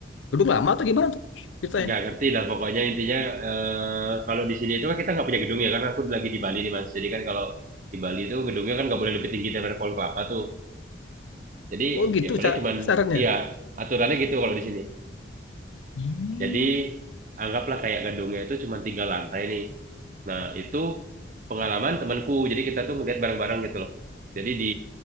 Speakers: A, on the left; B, on the right.
A: gedung lama atau gimana tuh ceritanya?
B: nggak ngerti lah pokoknya intinya eh, kalau di sini itu kan kita nggak punya gedung ya karena aku lagi di Bali nih Mas. Jadi kan kalau di Bali itu gedungnya kan nggak boleh lebih tinggi daripada pohon kelapa tuh. Jadi
A: Oh gitu
B: ya paling
A: sa-
B: cuman
A: sarannya.
B: iya aturannya gitu kalau di sini.
A: Hmm.
B: Jadi anggaplah kayak gedungnya itu cuma tiga lantai nih. Nah itu pengalaman temanku. Jadi kita tuh ngeliat bareng-bareng gitu loh. Jadi di